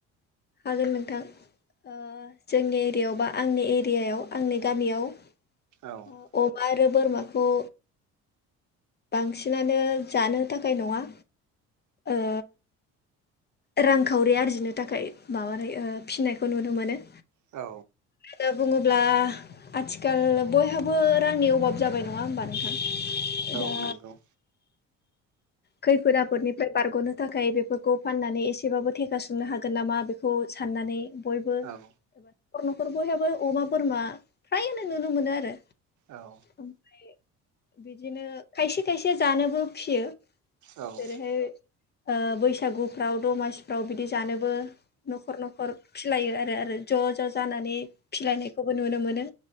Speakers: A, on the left; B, on the right.
A: हागोन नोंथां। ओ जोंनि एरियायाव बा आंनि एरियायाव आंनि गामियाव ह
B: औ
A: अबा आरो बोरमाखौ। बांसिनानो जानो थाखाय नङा ओ रांखावरि आरजिनो थाखाय माबानाय ओ फिनायखौ नुनो मोनो।
B: औ।
A: दा बुङोब्ला आथिखाल बयहाबो रांनि अभाब जाबाय नङा होमबा नोंथां?
B: औ
A: दा
B: नंगौ।
A: खैफोद आफोदनिफ्राय बारग'नो थाखाय बेफोरखौ फाननानै एसेबाबो थेखा संनो हागोन नामा बेखौ साननानै बयबो एबा
B: औ
A: न'खर न'खर बयहाबो अमा बोरमा फ्रायनो नुनो मोनो आरो।
B: औ।
A: ओमफ्राय बिदिनो खायसे खायसे जानोबो फियो
B: औ
A: जेरैहाय ओ बैसागुफ्राव दमासिफ्राव बिदि जानोबो न'खर न'खर फिसिलायो आरो आरो ज' ज' जानानै फिसिलायनायखौबो नुनो मोनो